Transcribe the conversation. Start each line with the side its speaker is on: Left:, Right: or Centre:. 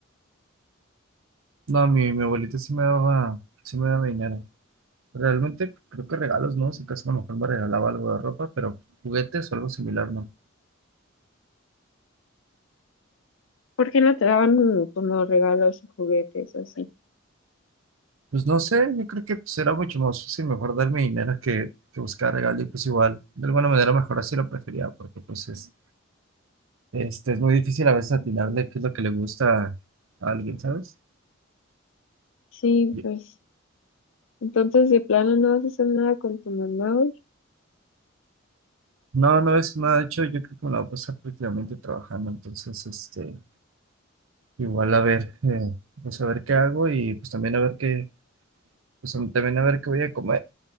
Right: No, mi, mi abuelita sí me daba, sí me daba dinero. Realmente creo que regalos, ¿no? Si acaso a lo mejor me regalaba algo de ropa, pero juguetes o algo similar, ¿no?
Left: ¿Por qué no te daban como regalos o juguetes o así?
Right: Pues no sé, yo creo que pues, era mucho más fácil mejor darme dinero que, que buscar regalo y pues igual, de alguna manera mejor así lo prefería, porque pues es, este, es muy difícil a veces atinarle qué es lo que le gusta a alguien, ¿sabes?
Left: Sí,
Right: Yo-
Left: pues entonces de plano no vas a hacer nada con tu mamá hoy.
Right: No, no es nada, de hecho yo creo que me la voy a pasar prácticamente trabajando, entonces, este, igual a ver, eh, pues a ver qué hago y pues también a ver qué Pues um, también a ver qué voy a comer.